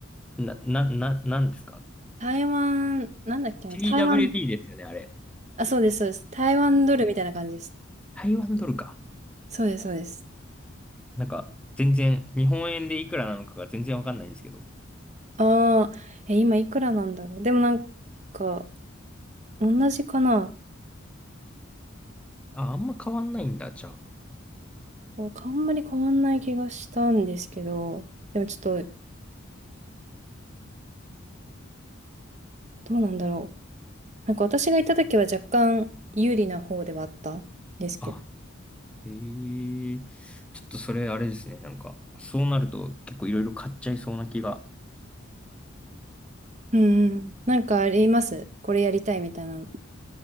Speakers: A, in the centre; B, on the right.
A: な、な、な、なんですか
B: 台湾、なんだっけな、
A: ?TWD
B: 台湾、
A: ですよね、あれ。
B: あ、そうです、そうです。台湾ドルみたいな感じです。
A: 台湾ドルか。
B: そうです、そうです。
A: なんか、全然、日本円でいくらなのかが全然わかんないんですけど。
B: ああ、え、今いくらなんだろう。でもなんか、同じかな。
A: あ、あんま変わんないんだ、じゃあ。
B: なんかあんまり変わんない気がしたんですけど、でもちょっと、どうなんだろう。なんか私が行った時は若干有利な方ではあったんですけど。
A: あ、へえちょっとそれあれですね。なんか、そうなると結構いろいろ買っちゃいそうな気が。
B: うんうん。なんかありますこれやりたいみたいな。